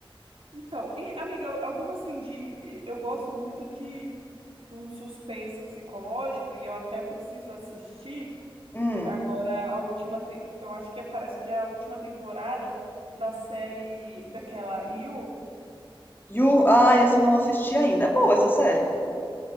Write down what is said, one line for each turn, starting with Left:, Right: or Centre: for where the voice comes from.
Right: Então, e amiga, eu- alguma assim de. Eu gosto muito de, de um suspense psicológico e eu até preciso assistir
Left: Hum.
Right: agora a última. te- Eu acho que é- parece que é a última temporada da série daquela You.
Left: You, ah, esse eu não assisti ainda. É boa essa série.